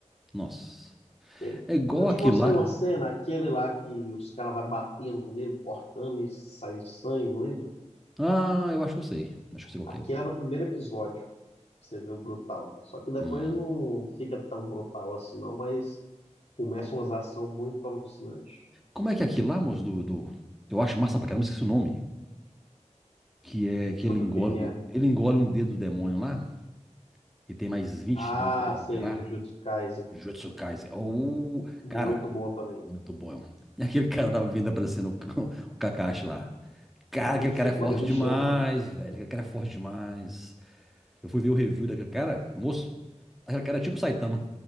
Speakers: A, in the centre; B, on the left (about 55°).
A: Nossa.
B: Ele-
A: É igual
B: Eu te
A: aquilo
B: mostrei
A: lá.
B: uma cena, aquele lá que os caras vai batendo nele, cortando e sai sangue, lembra?
A: Ah, eu acho que eu sei. Acho que eu sei qual
B: Aquele
A: que é.
B: era o primeiro episódio, você vê o brutal. Só que depois
A: Hum.
B: não fica tão brutal assim não, mas começa umas ações muito alucinantes.
A: Como é que é aquilo lá, moço, do, do... Eu acho massa pra caramba, esqueci o nome. Que é que
B: Sobre
A: ele engole,
B: o que que é.
A: um- ele engole um dedo do demônio lá. E tem mais 20
B: Ah,
A: dedos pra ele recuperar.
B: sei, Jujutsu Kaisen.
A: Jujutsu Kaisen. Ou.
B: Muito
A: Cara,
B: bom também.
A: muito bom. E aquele cara da vinda aparecendo, o <laughs> o Kakashi lá. Cara,
B: Eu
A: aquele
B: Não sei
A: cara é
B: como
A: forte
B: é que ele enxerga.
A: demais, velho. Aquele cara é forte demais. Eu fui ver o review daquele cara, moço. Aquele cara é tipo o Saitama.